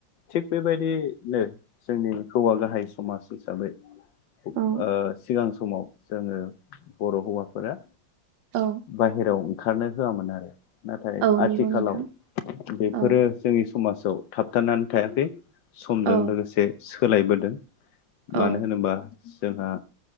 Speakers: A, on the left; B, on the right.
A: थिग बेबायदिनो जोंनि हौवा गाहाय समाज हिसाबै ओ
B: औ
A: सिगां समाव जोङो बर' हौवाफोरा
B: औ
A: बाहेरायाव ओंखारनो होआमोन आरो नाथाय
B: औ
A: आथिखालाव
B: नंगौ नोंथां
A: बेफोरो
B: औ
A: जोंनि समाजाव थाबथानानै थायाखै समजों
B: औ
A: लोगोसे सोलायबोदों मानो
B: औ
A: होनोबा जोंहा